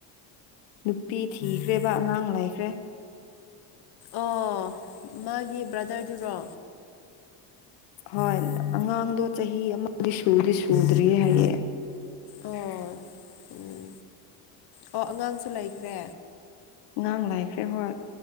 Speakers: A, on the left; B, on the left.
A: ꯅꯨ- ꯄꯤ ꯊꯤꯈ꯭ꯔꯦꯕ ꯑꯉꯥꯡ ꯂꯩꯈ꯭ꯔꯦ
B: ꯑꯣ ꯃꯥꯒꯤ ꯕ꯭ꯔꯗꯔꯗꯨꯔꯣ
A: ꯍꯣꯏ ꯑꯉꯥꯡꯗꯣ ꯆꯍꯤ ꯑꯃꯗꯤ ꯁꯨꯗꯤ ꯁꯨꯗ꯭ꯔꯤꯌꯦ ꯍꯥꯏꯌꯦ
B: ꯑꯣ ꯎꯝ ꯑꯣ ꯑꯉꯥꯡꯁꯨ ꯂꯩꯈ꯭ꯔꯦ
A: ꯑꯉꯥꯡ ꯂꯥꯏꯈ꯭ꯔꯦ ꯍꯣꯏ